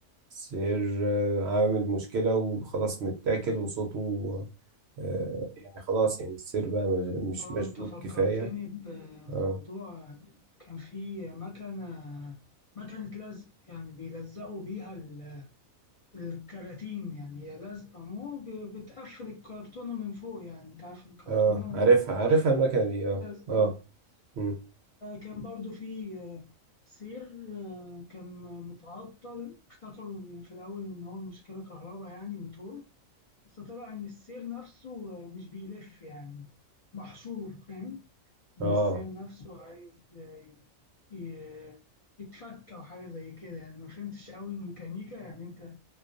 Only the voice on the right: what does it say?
سير آه، عامل مشكلة وخلاص متاكل وصوته آه، يعني خلاص يعني السير بقى مج- مش
مشدود
كفاية
اه
اه عارفها
عارفها المكنة دي اه
اه مم.
اه